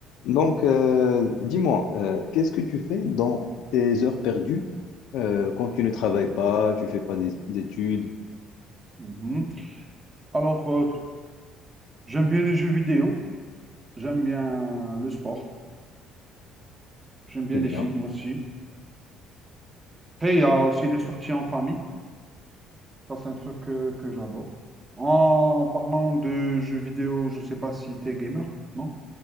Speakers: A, on the left; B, on the right.
A: Donc, euh, dis-moi, euh, qu'est-ce que tu fais dans tes heures perdues euh, quand tu ne travailles pas, tu fais pas des- d'études?
B: Mhm. Alors, euh, j'aime bien les jeux vidéo, j'aime bien le sport, j'aime bien
A: Eh
B: les
A: bien,
B: films aussi. Après, il y a aussi les sorties en famille. Ça, c'est un truc que, que j'adore. En, parlant de jeux vidéo, je ne sais pas si tu es gamer, non?